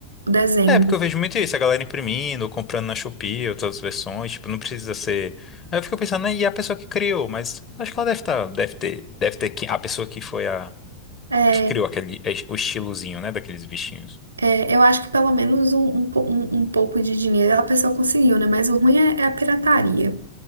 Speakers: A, on the right; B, on the left.
A: o desenho.
B: É, porque
A: né?
B: eu vejo muito isso, a galera imprimindo, ou comprando na Shopee, outras versões, tipo, não precisa ser. Aí eu fico pensando, né, e a pessoa que criou, mas acho que ela deve estar, deve ter, deve ter que- a pessoa que foi a,
A: É,
B: que criou aquele, é, o estilozinho, né, daqueles bichinhos.
A: é, eu acho que pelo menos um, um, po- um, um pouco de dinheiro a pessoa conseguiu, né? Mas o ruim é, é a pirataria.